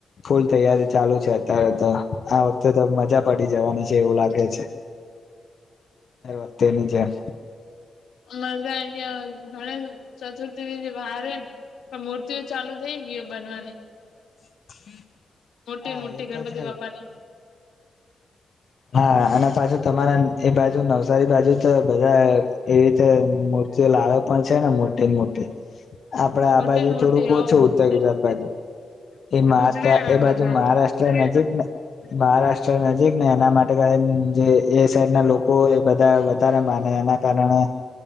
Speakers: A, on the left; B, on the left.
A: ફૂલ તૈયારી ચાલુ છે અત્યારે તો આ વખતે તો મજા પડી જવાની છે. એવું લાગે છે.
B: <inaudible>
A: દર વખતેની જેમ.
B: <inaudible> ચતુર્થી વાર પણ મૂર્તિઓ ચાલુ થઈ ગયો બનવાની.
A: <unintelligible>
B: મોટી
A: હા
B: મોટી
A: એ
B: ગણપતિ
A: તો છે
B: બાપ્પાની.
A: હા અને પાછું તમારે એ બાજુ નવસારી બાજુ તો બધા એવી રીતે લાવે પણ છે ને મોટે મોટી. આપડે આ
B: મોટી
A: બાજુ
B: મોટી
A: થોડુંક ઓ
B: હોવ
A: છું ઉત્તર ગુજરાત બાજુ. એ
B: ઉજવે
A: ત્યાં
B: એના
A: એ બાજુ
B: બધા
A: મહારાષ્ટ્ર નજીકને મહારાષ્ટ્ર નજીક એના માટે એ સાઈડ ના લોકો એ બધા વધારે માને એના કારણે